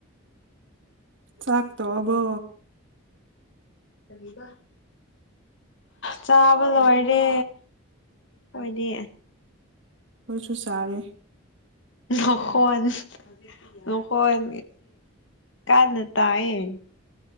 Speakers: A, on the right (about 60°); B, on the left (about 60°).
A: ꯆꯥꯛ ꯇꯣ ꯑꯕꯣ
B: ꯀꯕ ꯆꯥꯕ ꯂꯣꯏꯔꯦ ꯑꯣꯏꯗꯤ
A: ꯍꯣꯏꯁꯨꯨ ꯁꯔꯦ
B: ꯅꯈꯣꯟ ꯅꯈꯣꯟ ꯀ ꯀ ꯇꯌꯦ